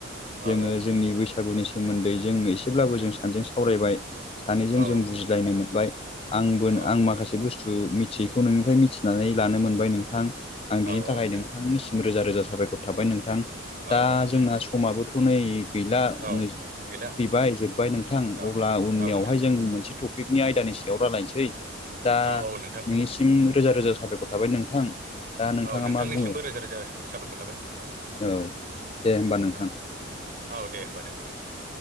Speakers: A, on the left; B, on the right.
A: जोङो
B: औ औ
A: जोंनि बैसागुनि सोमोन्दै जों एसेब्लाबो जों सानैजों सावरायबाय। सानैजों
B: औ
A: जों
B: नोंथां
A: बुजिलायनो मोनबाय आंबो
B: औ
A: आं
B: नोंथां
A: माखासे बुस्थु थु मिथियैखौ नोंनिफ्राय मिथिनानै लानो मोनबाय नोंथां आं बिनि
B: औ
A: थाखाय
B: औ नोंथां
A: नोंथांनिसिम रोजा रोजा साबायखर थाबाय नोंथां दा
B: औ नोंथां
A: जोंना समाबोथ' नै गैला
B: औ
A: नोंस
B: गैला
A: फैबाय जोब्बाय नोंथां
B: औ
A: अब्ला उननियावहाय
B: नोंथां
A: जों मोनसे टप टपिकनि आयदानि सायाव रायलायनोसै दा
B: औ
A: नोंनिसिम
B: औ नोंथां
A: रोजा रोजा साबायखर थाबाय नोंथां। दा नोंथाङा
B: औ नोंथांनिसिमबो
A: मा बुङो
B: रोजा रोजा साबायखर थाबाय नोंथां
A: औ दे होमबा नोंथां
B: औ औ दे होमबा दोनथ'लायसै दे